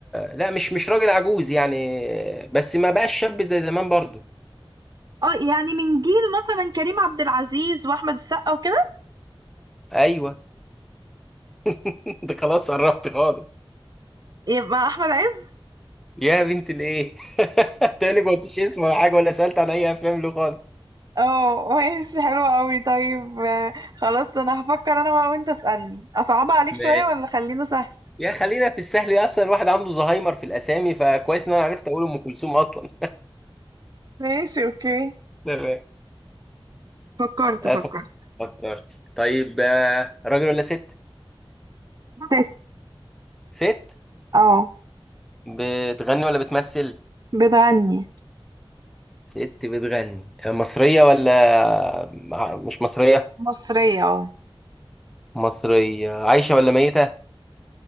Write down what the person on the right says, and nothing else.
اه يعني من جيل مثلا كريم عبد العزيز واحمد السقا وكده
يبقى احمد عز
اه ماشي حلو قوي طيب آه، خلاص انا هفكر انا بقى وانت اسألني اصعبها عليك
شوية ولا خلينه سهل
ماشي اوكي
فكرت
فكرت
<laughs> ست
اه
بتغني
مصرية اه